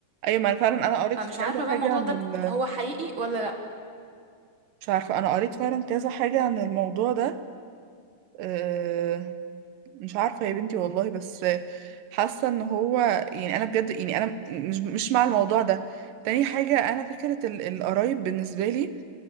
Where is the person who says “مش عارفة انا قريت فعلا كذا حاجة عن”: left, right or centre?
Right